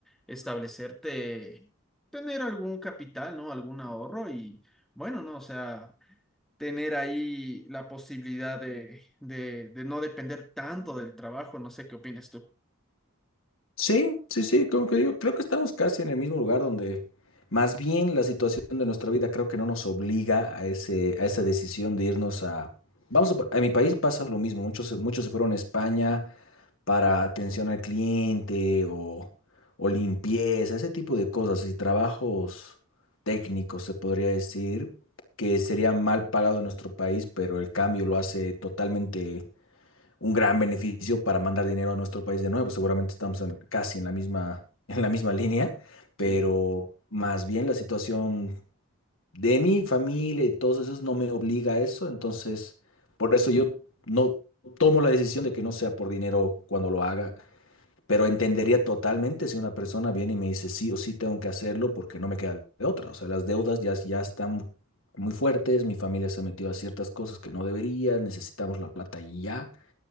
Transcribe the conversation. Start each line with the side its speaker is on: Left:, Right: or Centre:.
Centre: establecerte, tener algún capital, ¿no? Algún ahorro y bueno, ¿no? O sea, tener ahí la posibilidad de, de, de no depender tanto del trabajo. No sé qué opinas tú.
Left: Sí, sí, sí, como que digo, creo que estamos casi en el mismo lugar donde más bien la situación de nuestra vida creo que no nos obliga a ese, a esa decisión de irnos a... Vamos a, pa- a mi país pasa lo mismo, muchos, se- muchos se fueron a España para atención al cliente o, o limpieza, ese tipo de cosas y trabajos técnicos, se podría decir, que sería mal pagado en nuestro país, pero el cambio lo hace totalmente un gran beneficio para mandar dinero a nuestro país de nuevo. Seguramente estamos en- casi en la misma, <laughs> en la misma línea,
Centre: Sí,
Left: pero más bien la situación de mi familia y todos esos no me obliga a eso, entonces por eso yo no tomo la decisión de que no sea por dinero cuando lo haga. Pero entendería totalmente si una persona viene y me dice sí o sí tengo que hacerlo porque no me queda de otra. O sea, las deudas ya, ya están muy fuertes, mi familia se ha metido a ciertas cosas que no debería, necesitamos la plata y ya.